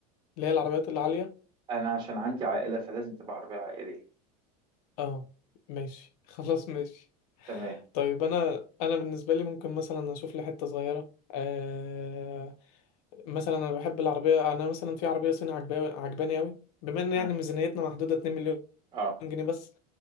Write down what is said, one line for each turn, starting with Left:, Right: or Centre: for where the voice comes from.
Left: اللي هي العربيات العاليه
Right: أنا عشان عندي عائلة فلازم تبقى عربية عائلية
Left: اه ماشي <laughs> خلاص ماشي
Right: تمام
Left: طيب انا انا بالنسبه لي ممكن مثلا اشوف لي حته صغيره آه، مثلا انا بحب العربيه انا مثلا في عربيه صيني عجباني عجباني قوي بما ان يعني
Right: مم.
Left: ميزانيتنا محدوده 2 مليون
Right: اه
Left: جنيه بس